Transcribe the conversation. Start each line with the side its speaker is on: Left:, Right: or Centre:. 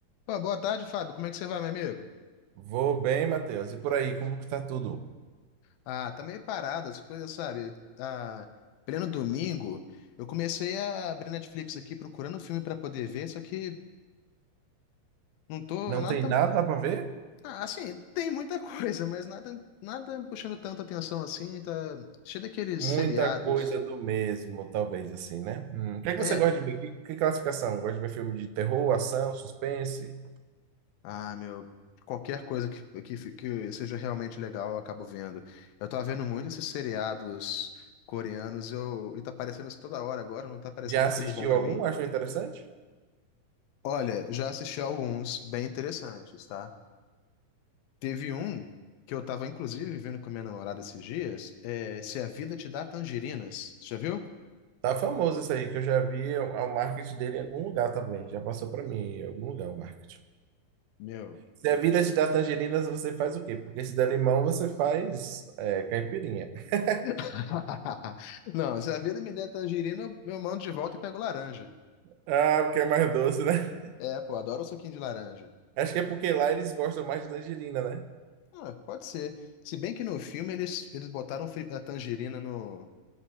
Left: Pô, boa tarde, Fábio. Como é que você vai, meu amigo?
Right: Vou bem, Matheus. E por aí, como está tudo?
Left: Ah, tá meio parado, as coisas, sabe? Tá pleno domingo. Eu comecei a abrir Netflix aqui procurando filme pra poder ver, só que não tô
Right: Não
Left: nada
Right: tem
Left: tão...
Right: nada para ver?
Left: Ah, assim, tem muita <laughs> coisa, mas nada, nada puxando tanta atenção assim, tá cheio daqueles
Right: Muita
Left: seriados.
Right: coisa do mesmo, talvez assim, né? Hum, O que é que
Left: É.
Right: você gosta de ver? Que, que classificação? Gosta de ver filme de terror, ação, suspense?
Left: Ah, meu, qualquer coisa que, que, fi- que seja realmente legal eu acabo vendo. Eu tô vendo muito esses seriados coreanos, eu, e tá aparecendo isso toda hora agora, não tá aparecendo
Right: Já assistiu
Left: filme bom pra
Right: algum?
Left: mim.
Right: Achou interessante?
Left: Olha, já assisti alguns bem interessantes, tá? Teve um que eu tava, inclusive, vendo com a minha namorada esses dias, é Se a Vida Te Dá Tangerinas. Já viu?
Right: Tá famoso isso aí, que eu já vi o o marketing dele em algum lugar também. Já passou para mim em algum lugar o marketing.
Left: Meu.
Right: Se a vida te dá tangerinas, você faz o quê? Porque se der limão, você faz é, caipirinha. <laughs>
Left: <laughs> Não, se a vida me der tangerina, eu eu mando de volta e pego laranja.
Right: Ah, porque é mais doce, né?
Left: É, pô, adoro o suquinho de laranja.
Right: Acho que é porque lá eles gostam mais de tangerina, né?
Left: Ah, pode ser. Se bem que no filme eles, eles botaram fri- a tangerina no,